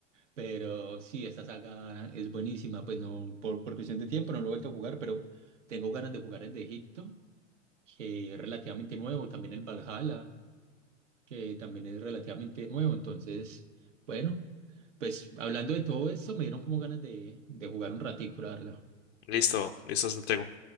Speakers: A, on the right (about 80°); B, on the left (about 60°).
A: Pero sí, esta saga es buenísima. Pues no, por, por cuestión de tiempo no lo he vuelto a jugar, pero tengo ganas de jugar el de Egipto, que es relativamente nuevo. También el Valhalla, que también es relativamente nuevo. Entonces, bueno, pues hablando de todo eso, me dieron como ganas de, de jugar un ratico, la verdad.
B: listo, listo, se tengo.